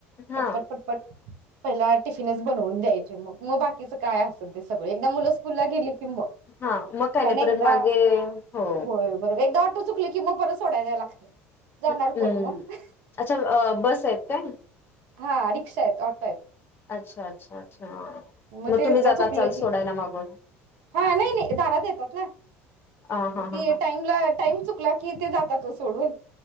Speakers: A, on the left (about 30°); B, on the right (about 65°).
A: हा
B: पटपट पटपट पहिला टिफिनच बनवून द्यायचे मग मग बाकी काय असल ते सगळं एकदा मूल स्कूलला गेली की बघ
A: हा मग काय
B: कारण
A: नाही
B: एकदा
A: परत मागे हो
B: होय बरोबर एकदा चुकली मग परत सोडायला यायला लागते. जाणार
A: हम्म
B: कोण मग
A: अच्छा अ बस आहेत काय?
B: हा रिक्षा आहेत ऑटो आहेत
A: अच्छा अच्छा अच्छा
B: मग ते
A: तुम्ही
B: एकदा
A: जाता
B: चुकल
A: चाल
B: की
A: सोडायला मागून
B: हा नाही नाही दारात येतात ना
A: ह हा
B: ती
A: हा ह
B: टाईमला टाईम चुकला की तिथे जातात मग सोडून.